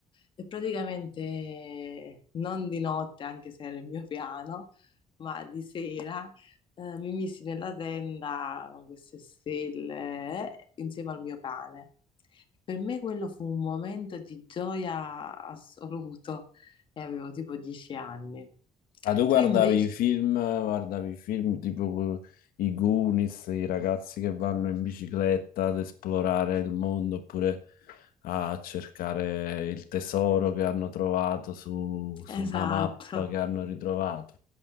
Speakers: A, on the left; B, on the left.
A: e praticamente non di notte, anche se era il mio piano, ma di sera eh, mi misi nella tenda con queste stelle eh, insieme al mio cane. Per me quello fu un momento di gioia assoluto e avevo tipo 10 anni.
B: Ah, tu guardavi
A: Tu invece,
B: i film, guardavi i film tipo eh, i Goonies, i ragazzi che vanno in bicicletta ad esplorare il mondo oppure a cercare il tesoro che hanno trovato su,
A: <laughs>
B: su
A: esatto.
B: una mappa che hanno ritrovato.